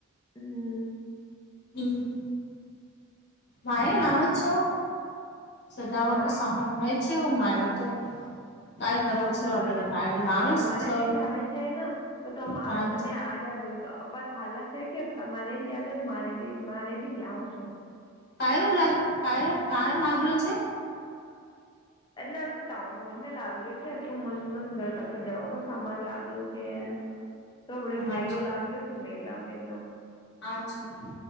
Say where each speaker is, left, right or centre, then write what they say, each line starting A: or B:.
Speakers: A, on the left; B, on the left.
A: હમ્મ.
B: હમ્મ માયા નાનો જ છે. સજાવા
A: હા
B: કો સામાન હોય છે એવું મારે તો કાય
A: હા
B: કરો છો
A: તમે
B: બધા કાય લાણો
A: તમારે
B: છો
A: બી ચાવે છે ન તો તમ
B: હા
A: આ તમે આ જાજો તો બસ હાલત છે કે તમારે લ્યાજો ને મારે બી મારે બી લિઆઉસુ.
B: પાયરો લાગ પાયલ <unintelligible> લાગલો છે.
A: એટલે અમને ટાઉન હોલ મે લાગલિયું છે તો મસ્ત મસ્ત ગરતા સજાવા પણ સામાન લાગ્યું છે એને. તો બઢિયા મેલો
B: અચ્છા
A: લાગ રહ્યો છે મેલા મેલો.
B: અચ્છા.